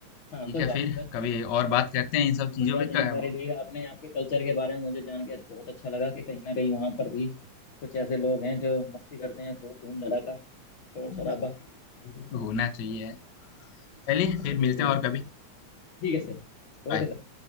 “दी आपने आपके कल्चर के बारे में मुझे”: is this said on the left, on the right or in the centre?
Left